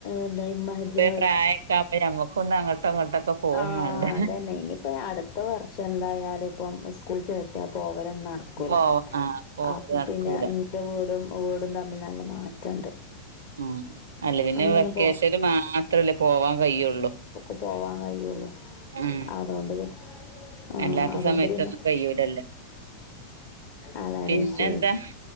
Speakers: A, on the left; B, on the right.
A: എന്താമിഹ്ജ്
B: പ്രായ ഒക്കെ ആകുമ്പോ നമ്മുക്ക് ഒന്ന് അങ്ങ അങ്ങോട്ടുംഇങ്ങോട്ടൊക്കെ പോകു
A: ആഹ്
B: വേണ്ടേ?
A: അതന്നെ ഇനിയിപ്പ അടുത്ത വർഷം എന്തായാലും ഇപ്പം സ്കൂൾ ചേർത്തിയാ പോവലൊന്നും നടക്കൂല
B: പോ ആഹ് പോവല്
A: അപ്പൊ
B: നടക്കൂല
A: പിന്നെ എന്റെ വീടും ഓരു തമ്മിൽ നല്ല മാറ്റണ്ട്
B: ഉം. അല്ല പിന്നെ
A: അമ്മേന്
B: വെക്കേഷന്
A: പോ
B: മാത്രമല്ലേ പോവാൻ കഴിയുള്ളൂ.
A: ഓക്ക് പോവാൻ കഴിയുള്ളു
B: ഉം
A: അതൊണ്ട് പിന്നെ ആ
B: അല്ലാത്ത
A: അതുകൊണ്ട്
B: സമയത്തൊന്നും
A: പിന്നെ
B: കയ്യൂലല്ലോ
A: അതാണ്
B: പിന്നെന്താ
A: വിഷയം.